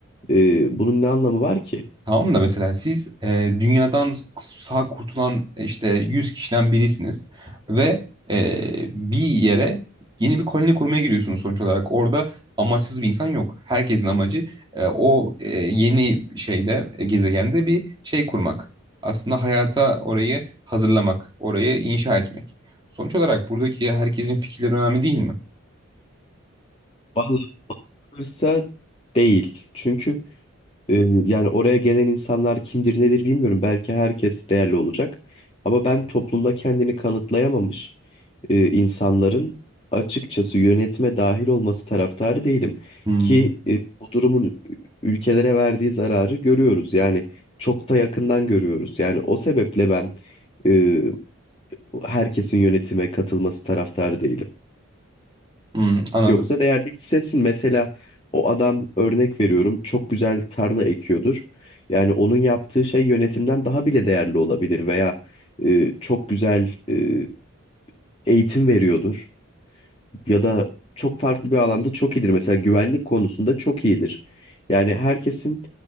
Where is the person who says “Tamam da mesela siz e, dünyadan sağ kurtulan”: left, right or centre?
Right